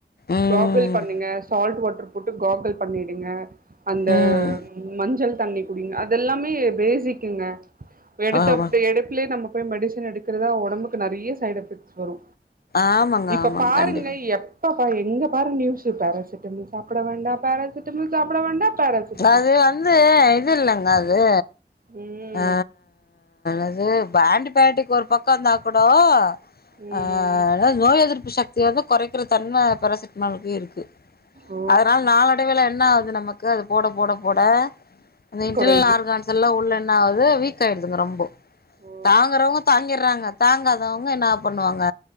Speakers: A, on the left; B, on the right.
A: ம்
B: காகுள் பண்ணுங்க சால்ட் வாட்ரு போட்டு காகுள் பண்ணீடுங்க அந்த
A: ம்
B: மஞ்சள் தண்ணி குடிங்க அதெல்லாமே பேசிக் கிங்க வெடுத்த
A: ஆமா
B: அப்டி எடுப்ல்லே நம்ம போய் மெடிசன எடுக்குறதா ஒடம்புக்கு நறயா சைட் எஃபெக்ட்ஸ் வரு
A: ஆமாங்க
B: இப்ப
A: ஆமாங்க
B: பாருங்க
A: கண்டிப்பா
B: எப் ப்பாப்பா எங்க பாரு நியூஸு பேராசிட்டமல் சாப்பட வேண்டா பேராசிட்டமல் சாப்பட வேண்டா பேராசிட்டமல்
A: அது வந்து இது இல்லெங்க அது
B: ம்
A: அ அது என்னது ஆண்ட்டிபயாடிக் ஒரு பக்கோ இருந்தா கூடோ ஆ
B: ம்
A: ஆ அதாது நோய் எதிர்ப்பு சக்திய வந்து கொறக்கிற தன்ம பேராசிட்டமால்க்கு இருக்கு
B: ஓ
A: அதனால நாளடைவேள என்ன ஆகுது நமக்கு அது போட போட போட அந்த இன்டெர்னல
B: குறையுது
A: ஆர்கான்ஸ் எல்லா உள்ள என்னாவது வீக் ஆயிடுதுங்க ரொம்போ
B: ஓ
A: தாங்குறவங்க தாங்கிறாங்க தாங்காதவங்க என்ன பண்ணுவாங்க